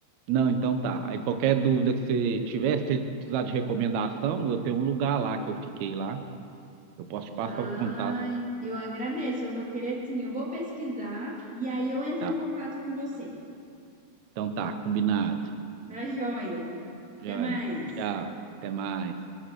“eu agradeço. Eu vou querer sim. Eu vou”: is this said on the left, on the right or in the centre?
Centre